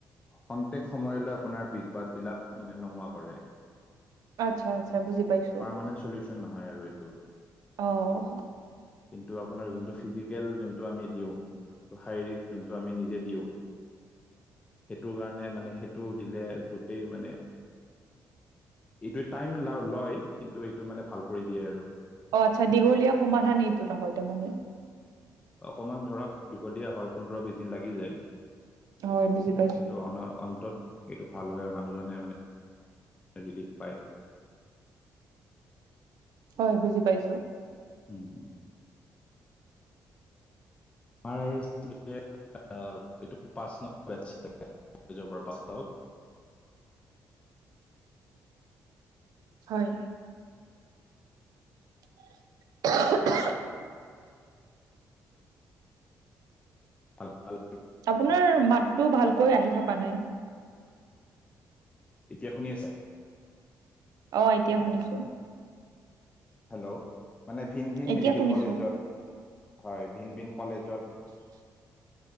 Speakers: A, on the left; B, on the right.
A: খন্তেক সময়লৈ আপোনাৰ বিষবাদ বিলাক মানে নোহোৱা কৰে
B: আচ্ছা আচ্ছা বুজি পাইছো
A: পাৰমানেণ্ট চলিউচন নহয় আৰু এইটো
B: অ
A: কিন্তু আপোনাৰ যোনটো ফিজিকেল যোনটো আমি দিওঁ শাৰীৰিক যোনটো আমি নিজে দিওঁ সেইটোৰ কাৰণে মানে সেই টো দিলে গোটেই মানে এইটোৱে টাইম ল লয় কিন্তু এইটো মানে ভাল কৰি দিয়ে আৰু
B: অ আচ্ছা দীঘলীয়া সমাধান এইটো এটা হয় তাৰমানে
A: অকণমান ধৰক দীঘলীয়া হয় পোন্ধৰ বিছ দিন লাগি যায়
B: হয় বুজি পাইছো
A: কিন্তু অন অন্তত সেইটো ভাল হয় মানুহজনে মানে ৰিলিফ পায়
B: হয় বুজি পাইছো
A: <unintelligible> <unintelligible>
B: হয় <unintelligible>
A: <unintelligible>
B: আপোনাৰ মাততটো ভালকৈ আহি থকা নাই
A: এতিয়া শুনি আছা
B: অ এতিয়া শুনিছো
A: হেল্ল' মানে ভিন ভিন
B: এতিয়া
A: মেডিকেল
B: শুনিছো
A: কলেজত হয় ভিন ভিন কলেজত
B: <unintelligible>